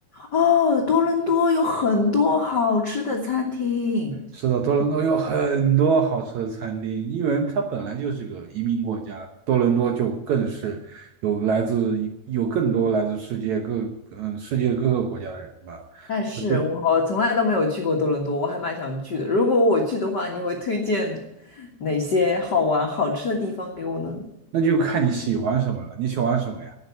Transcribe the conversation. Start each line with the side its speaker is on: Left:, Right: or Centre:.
Left: 哦，多伦多有很多好吃的餐厅，
Right: 是的，多伦多有很多好吃的餐厅，因为它本来就是个移民国家，多伦多就更是有来自有更多来自世界各嗯世界各个国家的人吧。
Left: 但是我从来都没有去过多伦多，
Right: 那就
Left: 我还蛮想去的。如果我去的话，你会推荐哪些好玩好吃的地方给我呢？
Right: 那就看你喜欢什么了，你喜欢什么呀？